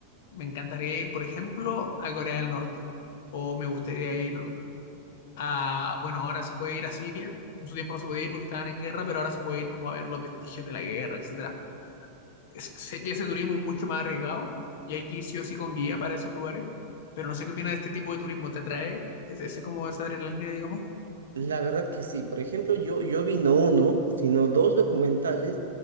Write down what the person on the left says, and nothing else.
me encantaría ir, por ejemplo, a Corea del Norte, o me gustaría ir a, bueno, ahora se puede ir a Siria, en su tiempo no se podía ir porque estaban en guerra, pero ahora se puede ir como a ver los vestigios de la guerra, etcétera es- sé que ese turismo es mucho más arriesgado y hay que ir sí o sí con guía para esos lugares, pero no sé qué opinas de este tipo de turismo, ¿te atrae? ¿Es, es como esa adrenalina, digamos?